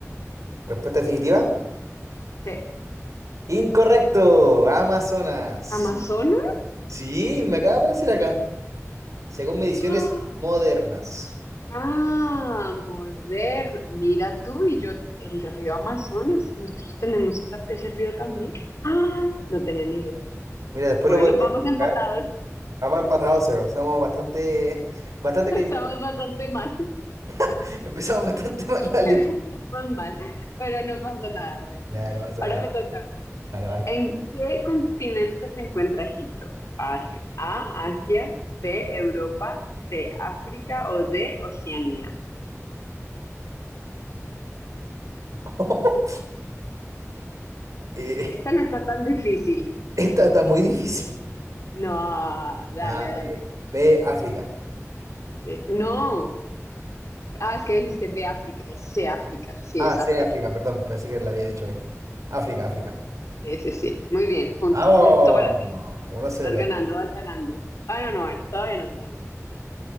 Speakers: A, on the right (about 80°); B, on the left (about 65°).
A: Respuesta definitiva.
B: Sí.
A: Incorrecto. Amazonas.
B: Amazonas.
A: Sí, me acaba de aparecer acá. Según mediciones
B: ¡Ah!
A: modernas.
B: Ah, moderno. Mira tú y yo, el río Amazonas, y nosotros tenemos esa- ese río también. Ah, no tenía ni idea.
A: Mira, después
B: Bueno,
A: lo podría
B: vamos
A: buscar.
B: empatados.
A: Vamos empatados cero. Somos bastante, <laughs> bastante
B: <laughs> Estamos
A: que
B: bastante mal.
A: <laughs> empezamos bastante mal
B: <laughs>
A: la li-
B: Estamos mal, pero no pasa nada. Bueno,
A: Ya, no pasa
B: ahora
A: nada.
B: me toca. a mí.
A: Dale, bye.
B: ¿En qué continente se encuentra Egipto? Fácil. A, Asia, B, Europa, C, África o D, Oceanía.
A: <laughs> Eh,
B: Esta no está tan difícil.
A: esta está muy difícil.
B: No, dale,
A: Nada,
B: dale.
A: eh, B, África.
B: Eh, No. Ah, es que dijiste ve África, es C África, sí,
A: Ah,
B: es África.
A: C, África, perdón. Pensé que la había dicho B. África, África.
B: Sí, sí, sí. Muy bien, punto,
A: Vamos,
B: punto para ti.
A: 1 cero.
B: Vas ganando, vas ganando. Ah, no, no, bueno, todavía no, todavía no.